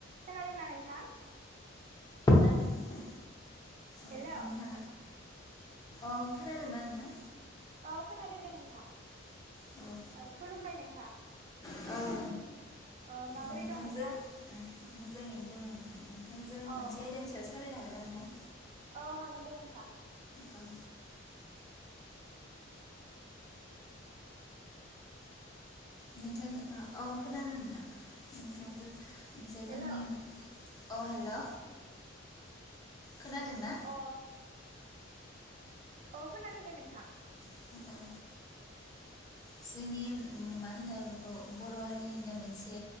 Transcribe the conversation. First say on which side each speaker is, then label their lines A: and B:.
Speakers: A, on the right; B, on the left.
A: खोनादोंना नोंथां?
B: खोनादों नोंथां औ
A: हेलौ
B: नोंथांआ औ खोनादोंना नोंथां
A: औ खोनादों दे नोंथां
B: औ
A: ओ खुलुमबाय नोंथां
B: औ नोंथां
A: ओ माबोरै
B: नोंथांजों
A: दं नोंथां?
B: मोजाङैनो दंङ नोंथां नोंथा थांजों
A: अ
B: मोनसे आयदेनि सायाव सावरायनो हागोनना नोंथां?
A: औ हागोन दे नोंथां
B: अ नोंथां जो ओ औ खोनादों नोंथां नोंथां मोनसे
A: हेलौ
B: जोंनि अ हेल' खोनादों ना?
A: अ अ खोनादों दे नोंथां
B: हो ओ जोंनि मा होनो बेखौ बर' हारिनिनो मोनसे